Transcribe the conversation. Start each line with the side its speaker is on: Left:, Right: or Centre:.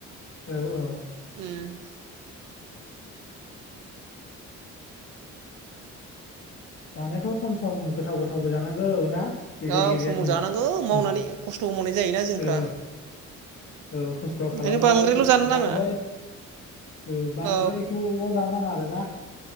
Left: औ औ।
Right: <unintelligible>
Left: जानायाथ' सम सम गोथाव गोथावबो जानांगौ ना। गेजेर
Right: औ
Left: गेजेर
Right: समाव जानांगौ मावनानै
Left: उम
Right: खस्थ' मावनाय जायोना जोंफ्रा
Left: औ औ खस्थ'
Right: ओंखायनो
Left: खालामनानै
Right: बांद्रायल' जानो नाङा
Left: बांद्राय औ बांद्रायखौल'
Right: औ
Left: जानो नाङा आरो। ना